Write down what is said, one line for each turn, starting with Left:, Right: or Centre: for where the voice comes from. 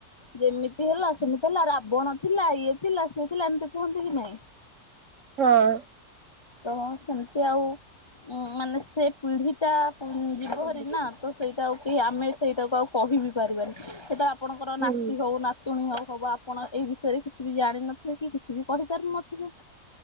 Left: ଯେମିତି ହେଲା ସେମିତି ହେଲା ରାବଣ ଥିଲା ଇଏ ଥିଲା ସିଏ ଥିଲା, ଏମିତି କୁହନ୍ତି କି ନାଇଁ?
Right: ହଁ।
Left: ତ ସେମିତି ଆଉ ଉ ମାନେ ସେ ପିଢି ଟା ଜୀବହରେ
Right: ହୁଁ
Left: ନା ତ ସେଇଟାକୁ କି ଆମେ ସେଇଟାକୁ ଆଉ କ କହିିବି ପାରିବାନି ସେଇଟା ଆପଣଙ୍କର
Right: ହୁଁ
Left: ନାତି ହଉ ନା ତୁଣି ହବ ଆପଣ ଏଇ ବିଷୟରେ କିଛି ବି ଜାଣିନଥିବେ କି କିଛି ବି କହିପାରୁ ନଥିବେ?